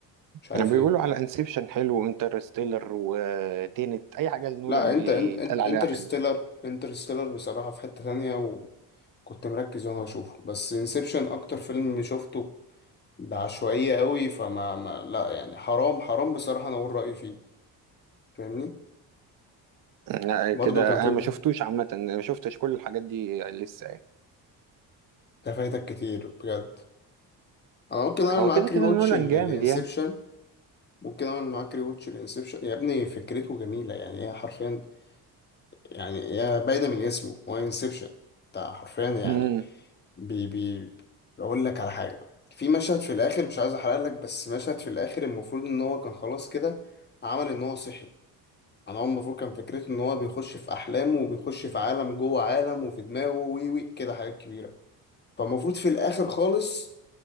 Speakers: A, on the left; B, on the right.
A: مش عارف
B: بيقولوا
A: ليه
B: على انسبشن حلو وانترستيلر وتينت اي حاجه لنولان
A: لا انت
B: بيتقال
A: انت انت
B: عليها
A: انترستيلر
B: حلوه
A: انترستيلر بصراحة في حتة تانية وكنت مركز وانا بشوفه بس انسبشن اكتر فيلم شفته بعشوائية قوي فما ما لا يعني حرام حرام بصراحة انا اقول رأيي فيه فاهمني
B: لا
A: برضو
B: كده
A: كان في
B: انا
A: ابنه
B: ما شفتوش عامه ما شفتش كل الحاجات دي لسه يعني
A: ده فايتك كتير بجد انا ممكن اعمل
B: هو
A: معاك
B: كده كده
A: ري واتش
B: نولان
A: لانسبشن
B: جامد يعني
A: ممكن اعمل معاك ري واتش لانسبشن يا ابني فكرته جميلة يعني هي حرفيا يعني يا باينة من اسمه هو انسبشن بتاع حرفيا يعني
B: امم
A: بي بي بقول لك على حاجة في مشهد في الآخر مش عايز أحرق لك بس مشهد في الآخر المفروض إن هو كان خلاص كده عمل إن هو صحي أنا هو المفروض كان فكرته إن هو بيخش في أحلامه وبيخش في عالم جوه عالم وفي دماغه وي وي كده حاجات كبيرة فالمفروض في الآخر خالص